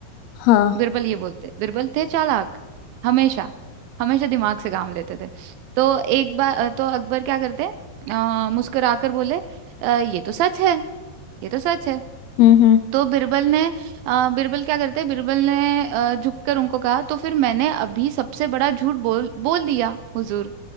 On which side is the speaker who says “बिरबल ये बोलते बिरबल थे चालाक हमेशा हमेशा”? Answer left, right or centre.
Right